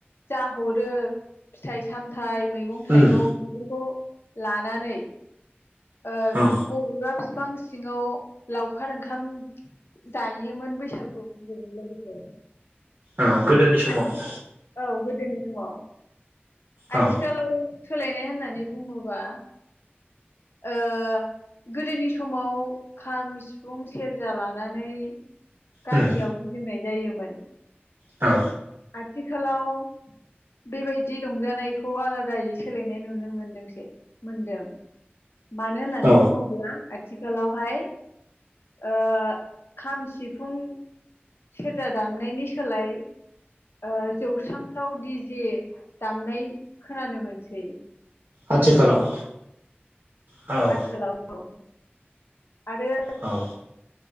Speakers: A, on the left; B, on the right.
A: जाहरो फिथाइ सामथाइ मैगं थाइगं
B: उम
A: बेफोरखौ लानानै ओ
B: औ
A: बबेबा बिफां सिङाव लावखार ओंखाम जायोमोन बैसागु फोरबोजों लोगोसे
B: औ गोदोनि समाव
A: आथि औ गोदोनि समाव
B: औ
A: आथिखालाव सोलायनाय होननानै बुङोबा ओ गोदोनि समाव खाम सिफुं सेरजा लानानै गामियाव
B: उम
A: गिदिंनाय जायोमोन।
B: औ
A: आथिखालाव बेबायदि रंजानायखौ आलादायै सोलायनाय नुनो मोनदोंसो मोनदों मानो होननानै
B: औ
A: बुङोब्ला आथिखालावहाय ओ खाम सिफुं सेरजा दामनायनि सोलाय ओ जौस्रांफ्राव दिजे दामनाय खोनानो मोनसै
B: आथिखालाव औ
A: आथिखालाव औ आरो
B: औ